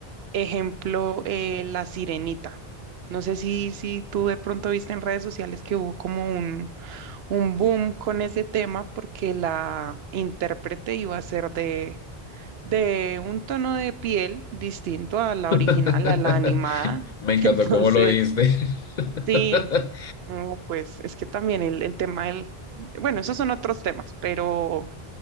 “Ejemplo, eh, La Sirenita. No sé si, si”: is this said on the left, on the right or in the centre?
Right